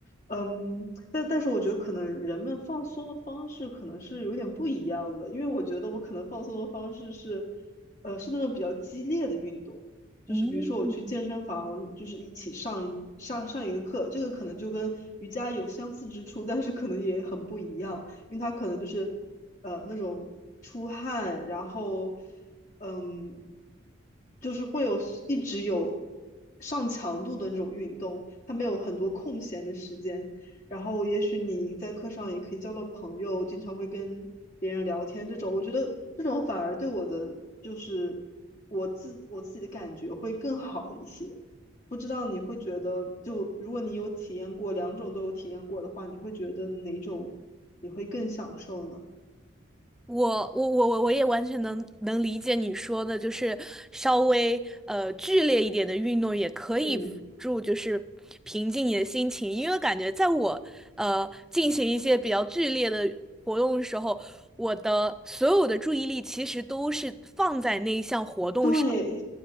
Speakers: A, on the left; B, in the centre.
A: 嗯，但但是我觉得可能人们放松的方式可能是有点不一样的，因为我觉得我可能放松的方式是，呃，是那种比较激烈的运动，就是比如说我去健身房，
B: 嗯，
A: 就是一起上一上上一个课，这个可能就跟瑜伽有相似之处，但是可能也很不一样，因为它可能就是，呃，那种出汗，然后嗯，就是会有一直有上强度的那种运动，他没有很多空闲的时间。然后也许你在课上也可以交到朋友，经常会跟别人聊天这种，我觉得这种反而对我的就是我自我自己的感觉会更好一些。不知道你会觉得，就如果你有体验过两种都有体验过的话，你会觉得哪种你会更享受呢？
B: 我我我我我也完全能能理解你说的，就是稍微呃剧烈一点的运动也可以辅助，
A: 嗯，
B: 就是平静你的心情。因为感觉在我呃进行一些比较剧烈的活动的时候，我的所有的注意力其实都是放在那一项活动上。
A: 对，